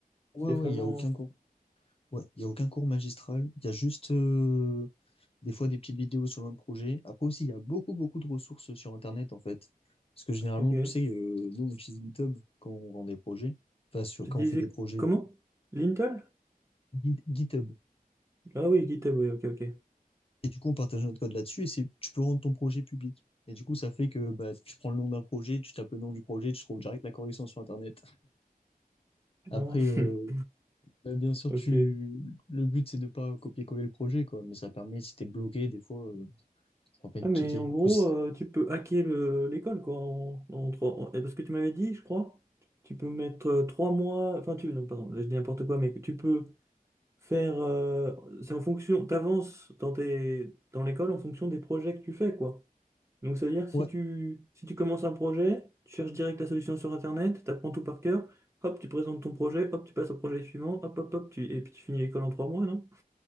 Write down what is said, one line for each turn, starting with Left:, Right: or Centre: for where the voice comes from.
Left: ouais,
Right: C'est
Left: ouais,
Right: vraiment...
Left: il n'y a aucun cours. Ouais, il y a aucun cours magistral. Il y a juste euh, des fois des petites vidéos sur le même projet. Après aussi, il y a beaucoup, beaucoup de ressources sur Internet, en fait. Parce que généralement,
Right: Ok.
Left: tu sais, euh, nous, on utilise GitHub quand on rend des projets, enfin, sur,
Right: Tu
Left: quand
Right: disais
Left: on fait des projets
Right: comment?
Left: de
Right: Lintel?
Left: Git- GitHub.
Right: Ah oui, GitHub, oui, ok, ok.
Left: Et du coup, on partage notre code là-dessus et c'est, tu peux rendre ton projet public. Et du coup, ça fait que bah, tu prends le nom d'un projet, tu tapes le nom du projet, tu trouves direct la correction sur Internet. Après,
Right: Ah,
Left: euh,
Right: <laughs>
Left: bah, bien sûr,
Right: ok.
Left: tu... le but, c'est de pas copier-coller le projet, quoi. Mais ça permet, si t'es bloqué, des fois, euh, ça permet
Right: Ah,
Left: de
Right: mais
Left: checker.
Right: en
Left: Après,
Right: gros,
Left: si-
Right: euh, tu peux hacker le- l'école, quoi, en, en trois... en- Parce que tu m'avais dit, je crois, tu peux mettre euh, trois mois... Enfin, tu... Non, pardon, je dis n'importe quoi, mais tu peux faire euh, c'est en fonction t'avances dans tes dans l'école en fonction des projets que tu fais quoi donc c'est à dire si
Left: Ouais,
Right: tu si tu commences un projet tu cherches direct la solution sur internet t'apprends tout par cœur hop tu présentes ton projet hop tu passes au projet suivant hop hop hop tu et puis tu finis l'école en trois mois non